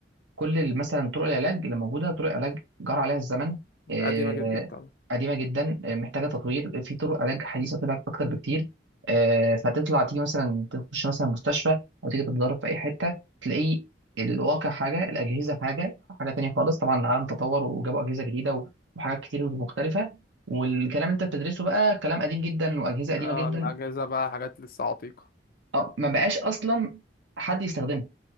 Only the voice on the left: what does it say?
قديمة جدا طبعا
اه
الأجهزة بقى حاجات لسه عتيقة